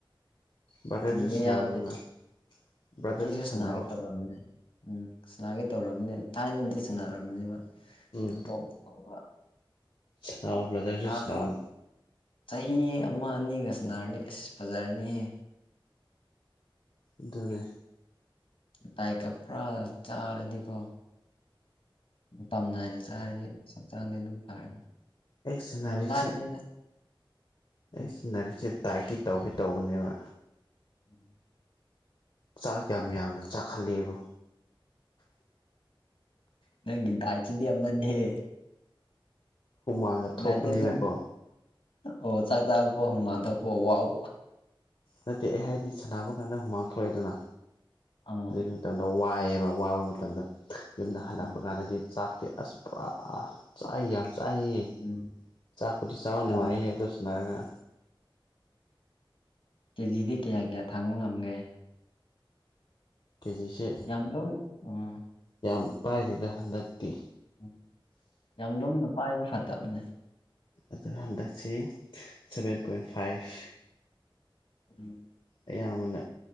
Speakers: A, on the left; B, on the left.
A: ꯕ꯭ꯔꯗꯔꯁꯨ
B: ꯃꯤꯌꯗꯦ
A: ꯁꯥꯟꯅꯧꯗꯅ ꯕ꯭ꯔꯗꯔꯁꯨ
B: ꯑꯩꯁꯨ ꯑꯁꯅꯥꯒ
A: ꯁꯥꯟꯅꯧ
B: ꯇꯧꯔꯝꯕꯅꯦ ꯎꯝ ꯁꯅꯥꯒꯦ ꯇꯧꯔꯝꯃꯦ ꯊꯥꯏꯅꯗꯤ ꯁꯥꯟꯅꯔꯝꯕꯅꯦꯕ
A: ꯎꯝ
B: ꯇꯣꯛꯈꯔꯕ
A: ꯁꯥꯟꯅꯧ ꯕ꯭ꯔꯗꯔꯁꯨ
B: ꯊꯥ
A: ꯁꯥꯟꯅꯧ
B: ꯑꯃ ꯆꯍꯤ ꯑꯃ ꯑꯅꯤꯒ ꯁꯟꯅꯔꯅꯤ ꯑꯁ ꯐꯖꯔꯅꯤꯍꯦ
A: ꯑꯗꯨꯅꯤ
B: ꯗꯥꯏꯀ ꯐꯥꯔꯥ ꯆꯥꯔꯗꯤꯀꯣ ꯃꯇꯝ ꯅꯥꯏꯅ ꯆꯥꯔꯗꯤ ꯍꯛꯆꯥꯡꯗꯤ ꯑꯗꯨꯝ ꯐꯔꯅꯤ
A: ꯑꯩ ꯁꯥꯟꯅꯔꯤꯁꯦ
B: ꯌꯥꯝ ꯂꯥꯏꯕꯅꯤꯗ ꯎꯝ
A: ꯑꯩ ꯁꯤꯟꯅꯔꯤꯁꯦ ꯗꯥꯏꯀꯤ ꯇꯧꯒꯦ ꯇꯧꯕꯅꯦꯕ
B: <inaudible>
A: ꯆꯥꯛ ꯌꯥꯝ ꯌꯥꯝꯅ ꯆꯥꯛꯈꯠꯂꯦꯕ
B: ꯅꯪꯒꯤ ꯗꯥꯏꯠꯁꯤꯗꯤ ꯑꯃꯅꯦꯍꯦ
A: ꯍꯨꯃꯥꯡꯒ ꯊꯣꯛꯄꯅꯤꯅꯀꯣ
B: ꯗꯥꯏꯠꯇꯤ ꯑꯗꯨꯝ ꯑꯣ ꯆꯥꯛ ꯆꯥꯕ ꯍꯨꯃꯥꯟ ꯊꯣꯛꯄ ꯋꯥꯎ
A: ꯅꯠꯇꯦ ꯑꯩ ꯍꯥꯏꯗꯤ ꯁꯥꯟꯅꯕ ꯀꯥꯟꯗ ꯍꯨꯃꯥꯡ ꯊꯣꯛꯑꯦꯗꯅ
B: ꯑꯥ
A: ꯑꯗꯨ ꯃꯇꯝꯗ ꯋꯥꯏꯑꯦꯕ ꯋꯥꯕ ꯃꯇꯝꯗ ꯌꯨꯝꯗ ꯍꯜꯂꯛꯄ
B: ꯎꯝ
A: ꯀꯥꯟꯗꯗꯤ ꯆꯥꯛꯇꯤ ꯑꯁ ꯄꯨꯔꯥ ꯆꯥꯏ ꯌꯥꯝ ꯆꯥꯏꯌꯦ
B: ꯎꯝ
A: ꯆꯥꯛꯄꯨꯗꯤ ꯆꯥꯕ ꯅꯨꯡꯉꯥꯏꯌꯦ
B: ꯑꯥ
A: ꯑꯗꯨ ꯁꯟꯅꯔꯒ
B: ꯀꯦꯖꯤꯗꯤ ꯀꯌꯥ ꯀꯌꯥ ꯊꯥꯡꯕ ꯉꯝꯒꯦ
A: ꯀꯦꯖꯤꯁꯤ
B: ꯌꯥꯝ ꯂꯨꯝ ꯎꯝ
A: ꯌꯥꯝ ꯄꯥꯏꯔꯤꯗ ꯍꯟꯗꯛꯇꯤ
B: ꯎꯝ ꯌꯥꯝ ꯂꯨꯝꯅ ꯄꯥꯏꯕ ꯐꯠꯇꯕꯅꯦ
A: ꯑꯗꯨ ꯍꯟꯗꯛꯁꯤ ꯁꯚꯦꯟ ꯄꯣꯏꯟ ꯐꯥꯏꯐ
B: ꯎꯝ
A: ꯑꯌꯥꯝꯕꯅ